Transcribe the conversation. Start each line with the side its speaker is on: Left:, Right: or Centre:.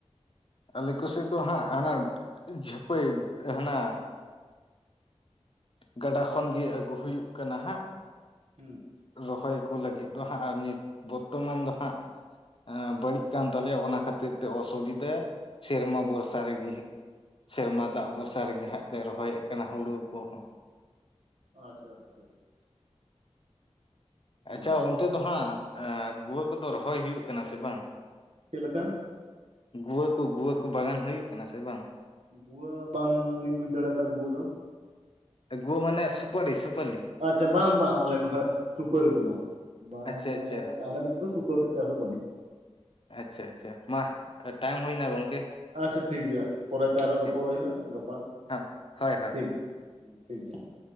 Left: ᱟᱞᱮ ᱠᱚ ᱥᱮᱫ ᱫᱚ ᱦᱟᱸᱜ ᱦᱟᱱᱟ ᱡᱷᱟᱹᱯᱟᱹᱭ ᱦᱟᱱᱟ ᱜᱟᱰᱟ ᱠᱷᱚᱱᱜᱮ ᱟᱹᱜᱩ ᱦᱩᱭᱩᱜ ᱠᱟᱱᱟ ᱦᱟᱸᱜ᱾
Right: ᱦᱩᱸ᱾
Left: ᱨᱚᱦᱚᱭ ᱠᱚ ᱞᱟᱹᱜᱤᱫ ᱫᱚ ᱦᱟᱸᱜ ᱟᱨ ᱱᱤᱛ ᱵᱚᱨᱛᱚᱢᱟᱱ ᱫᱚ ᱦᱟᱸᱜ ᱵᱟᱹᱲᱤᱡ ᱠᱟᱱ, ᱛᱟᱞᱮᱭᱟ ᱚᱱᱟ ᱠᱷᱟᱹᱛᱤᱨ ᱛᱮ ᱚᱥᱩᱵᱤᱫᱷᱟ ᱥᱮᱨᱢᱟ ᱵᱷᱚᱨᱥᱟ ᱨᱮ ᱜᱮ᱾ ᱥᱮᱨᱢᱟ ᱫᱟᱜ ᱵᱷᱚᱨᱥᱟ ᱨᱮᱜᱮ ᱦᱟᱸᱜ ᱞᱮ ᱨᱚᱦᱚᱭᱮᱫ ᱠᱟᱱᱟ ᱦᱩᱲᱩ ᱠᱚᱦᱚᱸ᱾
Right: ᱟᱪᱪᱷᱟ ᱟᱪᱪᱷᱟ ᱟᱪᱷᱟ᱾
Left: ᱟᱪᱪᱷᱟ
Right: ᱚ
Left: ᱚᱱᱛᱮ ᱫᱚ ᱦᱟᱸᱜ ᱜᱩᱣᱟᱹ ᱠᱚ ᱫᱚ ᱨᱚᱦᱚᱭ ᱦᱩᱭᱩᱜ ᱠᱟᱱᱟ ᱥᱮ ᱵᱟᱝ?
Right: ᱪᱮᱫ ᱞᱮᱠᱟ?
Left: ᱜᱩᱣᱟᱹ ᱠᱚ ᱜᱩᱣᱟᱹ ᱠᱚ ᱵᱟᱜᱟᱱ ᱦᱩᱭᱩᱜ ᱠᱟᱱᱟ ᱥᱮ ᱵᱟᱝ?
Right: ᱜᱩᱣᱟᱹ ᱵᱟᱝ ᱞᱤᱧ ᱵᱩᱡ ᱫᱟᱲᱮ ᱭᱟᱫᱟ ᱜᱩᱣᱟᱹ ᱫᱚ᱾
Left: ᱜᱩ ᱢᱟᱱᱮ ᱥᱩᱯᱟᱨᱤ ᱥᱩᱯᱟᱹᱞᱤ᱾
Right: ᱟᱪᱪᱷᱟ ᱵᱟᱝ ᱵᱟᱝ ᱟᱞᱮ ᱱᱚᱰᱮ ᱥᱩᱯᱟᱹᱨᱤ ᱫᱚ ᱵᱟᱝ, ᱵᱟᱝ
Left: ᱟᱪᱪᱷᱟ ᱟᱪᱪᱷᱟ
Right: ᱟᱞᱮ, ᱟᱞᱮ ᱥᱩᱯᱟᱹᱨᱤ ᱫᱚ ᱪᱟᱥ ᱫᱚ ᱵᱟᱹᱱᱩᱜᱼᱟ᱾
Left: ᱟᱪᱪᱷᱟ ᱟᱪᱪᱷᱟ ᱢᱟ ᱴᱟᱭᱤᱢ ᱦᱩᱭᱱᱟ ᱜᱚᱝᱠᱮ᱾
Right: ᱟᱪᱪᱷᱟ ᱴᱷᱤᱠ ᱜᱮᱭᱟ ᱯᱚᱨᱮ ᱛᱮ ᱟᱨᱦᱚᱸ ᱨᱚᱯᱚᱲ
Left: ᱴᱷᱤᱠ
Right: ᱦᱩᱭᱩᱜᱼᱟ ᱜᱟᱯᱟ᱾
Left: ᱦᱚᱸ ᱦᱳᱭ ᱦᱳᱭ
Right: ᱴᱷᱤᱠ ᱜᱮᱭᱟ ᱦᱮ ᱴᱷᱤᱠ ᱜᱮᱭᱟ ᱦᱮᱸ